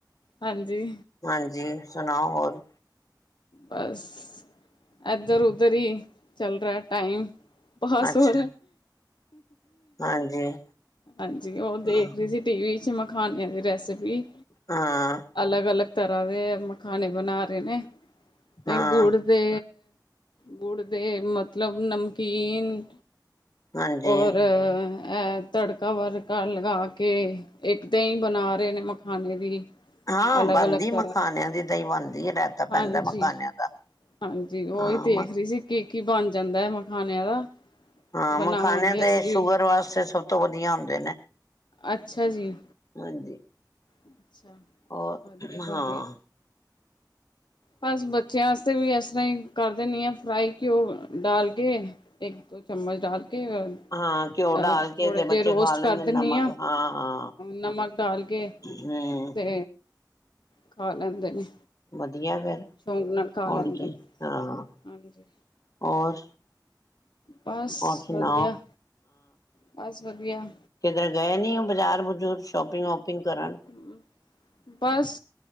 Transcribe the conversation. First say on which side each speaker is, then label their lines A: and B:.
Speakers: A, on the left (about 85°); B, on the left (about 50°).
A: ਹਾਂਜੀ।
B: ਹਾਂਜੀ, ਸੁਣਾਓ ਹੋਰ?
A: ਬਸ, ਏਧਰ-ਔਦਰ ਹੀ ਚੱਲ ਰਿਹਾ ਟਾਈਮ। ਬਸ,
B: ਅੱਛਾ
A: ਹੋਰ
B: ਹਾਂਜੀ
A: ਹਾਂਜੀ, ਉਹ ਤੇਂ ਦੇਖ
B: ਹਾਂ
A: ਰਹੀ ਸੀ ਟੀਵੀ'ਚ ਮਖਾਨਿਆਂ ਦੀ ਰੈਸਿਪੀ
B: ਹਾਂ।
A: ਅਲੱਗ-ਅਲੱਗ ਤਰ੍ਹਾਂ ਦੇ, ਮਖਾਣੇ ਬਣਾ ਰਹੇ ਨੇ।
B: ਹਾਂ
A: ਗੁੜ ਦੇ, ਗੁੜ ਦੇ ਮਤਲਬ, ਨਮਕੀਨ
B: ਹਾਂਜੀ
A: ਔਰ ਇਹ ਤੜਕਾ-ਵਰਕਾ ਲਗਾ ਕੇ, ਇੱਕ ਤੇ ਦਹੀ ਬਣਾ ਰਹੇ ਨੇ ਮਖਾਨਣੇ ਦੀ।
B: ਹਾਂ,
A: ਅਲੱਗ-ਅਲੱਗ
B: ਬਣਦੀ
A: ਤਰ੍ਹਾਂ
B: ਮਖਾਨਿਆਂ ਦੀ ਦਹੀਂ ਬਣਦੀ, ਰਹਿਤਾ
A: ਹਾਂਜੀ।
B: ਪੈਂਦਾ ਮਖਾਨਿਆਂ ਦਾ।
A: ਹਾਂਜੀ, ਔਹੀ
B: ਹਾਂ
A: ਦੇਖ
B: ਮ
A: ਰਹੀ ਸੀ ਕੀ-ਕੀ ਬਣ ਜਾਂਦਾਏ, ਮਖਾਣਿਆਂ ਦਾ।
B: ਹਾਂ,
A: ਬਣਾਵਾਂਗੇ
B: ਮਖਾਾਨਿਆਂ ਤੇ
A: ਅਸੀਂ
B: ਸ਼ੂਗਰ
A: ਵੀ
B: ਵਾਸਤੇ ਸਭ ਤੋਂ ਵਧੀਆ ਹੁੰਦੇ ਨੇ।
A: ਅੱਛਾ ਜੀ।
B: ਹਾਂਜੀ।
A: ਅੱਛਾ,
B: ਔਰ
A: ਵਧੀਆ ਵਧੀਆ।
B: ਹਾਂ
A: ਬਸ, ਬੱਚਿਆਂ ਆਸਤੇ ਵੀ ਇਸ ਤਰ੍ਹਾਂ ਕਰ ਦਿੰਨੀ ਆ ਫਰਾਈ ਘਿਓ ਡਾਲ ਕੇ, ਇੱਕ-ਦੋ ਚਮਚ ਡਾਲ ਕੇ। ਅ
B: ਹਾਂ, ਘਿਓ ਡਾਲ ਕੇ
A: ਥੋੜੇ
B: ਤੇ
A: ਜਿਹੇ
B: ਬੱਚੇ
A: ਰੋਸਟ
B: ਖਾ ਲੈਂਦੇ
A: ਕਰ
B: ਨੇ
A: ਦਿੰਦੀ
B: ਨਮਕ, ਹਾਂ ਹਾਂ।
A: ਨਮਕ ਡਾਲ ਕੇ
B: ਹੂੰ।
A: ਤੇ ਖਾ ਲੈਂਦੇ ਨੇ।
B: ਵਧੀਆ ਫਿਰ
A: ਸ਼ੌਂਕ ਨਾਲ ਖਾ
B: ਹੋਰ
A: ਲੈਂਦੇ
B: ਕੀ
A: ਨੇ
B: ਹਾਂ,
A: ਹਾਂਜੀ
B: ਹੋਰ?
A: ਬਸ
B: ਹੋਰ ਸੁਣਾਓ
A: ਵਧੀਆ, ਬਸ ਵਧੀਆ।
B: ਕਿਧਰੇ ਗਏ ਨਹੀਂ ਓ ਬਾਜ਼ਾਰ-ਬਜੂਰ, ਸ਼ੋਪਿੰਗ-ਵੋਪਿੰਗ ਕਰਨ?
A: ਹਮ <unintelligible> ਬਸ,